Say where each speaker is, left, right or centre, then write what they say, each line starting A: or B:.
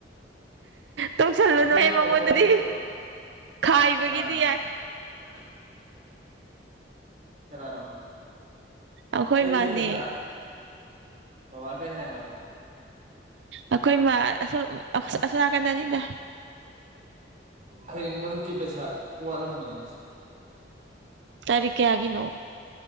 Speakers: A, on the right (about 80°); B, on the right (about 45°).
A: ꯇꯣꯛꯁꯜꯂꯨꯅꯨꯍꯦ
B: ꯃꯆꯤꯟꯗꯨꯃ
A: ꯃꯉꯣꯟꯗꯗꯤ
B: ꯄꯣꯠ ꯑꯝꯇ ꯄꯤꯔꯛꯑꯣ
A: ꯈꯥꯏꯕꯒꯤꯗꯤ
B: ꯀꯅꯥꯅꯣ
A: ꯌꯥꯏ
B: <unintelligible> ꯀꯅꯥꯅꯣ
A: ꯑꯩꯈꯣꯏ
B: ꯑꯩꯗꯤ
A: ꯃꯥꯅꯦ
B: ꯄꯩꯁꯥ ꯃꯃ ꯀꯩ ꯍꯥꯏꯅꯣ
A: ꯑꯩꯈꯣꯏ ꯃꯥ ꯑꯁꯣꯝ ꯑꯁꯣꯝ ꯅꯥꯀꯟꯗꯅꯤꯗ
B: ꯍꯌꯦꯡ ꯃꯔꯨꯞꯀꯤ ꯄꯩꯁꯥ ꯋꯥꯔꯝꯕꯅꯤꯗ
A: ꯇꯔꯤꯛ ꯀꯌꯥꯒꯤꯅꯣ